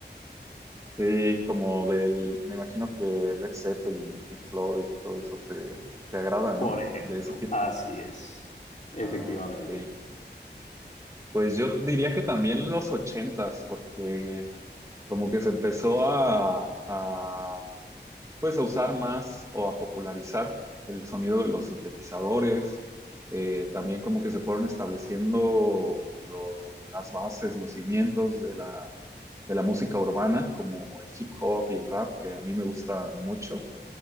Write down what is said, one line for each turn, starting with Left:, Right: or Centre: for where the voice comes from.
Right: Sí, como del, me imagino que Led Zeppelin y Pink Floyd y todo eso te, te agrada, ¿no?
Left: Por ejemplo,
Right: De ese tiempo.
Left: así es. Efectivamente.
Right: Ah, ok. Pues yo diría que también los ochentas, porque como que se empezó a, a pues a usar más o a popularizar el sonido de los sintetizadores, eh, también como que se fueron estableciendo lo- las bases, los cimientos de la, de la música urbana, como el hip hop y el rap, que a mí me gustan mucho.